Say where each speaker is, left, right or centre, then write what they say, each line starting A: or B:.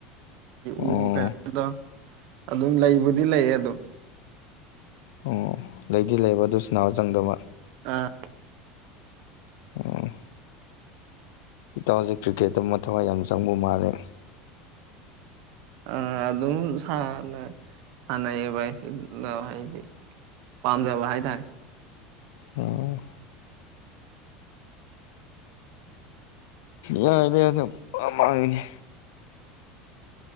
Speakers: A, on the left; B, on the right.
A: ꯑꯣ
B: ꯎ ꯀꯩꯅ ꯑꯗꯣ ꯑꯗꯨꯝ ꯂꯩꯕꯨꯗꯤ ꯂꯩꯌꯦ ꯑꯗꯨꯝ
A: ꯑꯣ ꯂꯩꯗꯤ ꯂꯩꯕ ꯑꯗꯨ ꯁꯅꯥꯎ ꯆꯪꯗꯕ
B: ꯑꯥ
A: ꯑꯣ ꯏꯇꯥꯎꯁꯦ ꯀ꯭ꯔꯤꯛꯀꯦꯠꯇ ꯑꯃ ꯊꯋꯥꯏ ꯌꯥꯝ ꯆꯪꯕ ꯃꯥꯜꯂꯦ
B: ꯑ ꯑꯗꯨꯝ ꯁ ꯁꯅꯕꯥ ꯍꯥꯏꯗꯤ ꯄꯥꯝꯖꯕ ꯍꯥꯏꯇꯥꯔꯦ
A: ꯎꯝ ꯌꯥꯏꯅꯦ ꯑꯗꯨꯝ ꯃꯥꯏꯅꯦ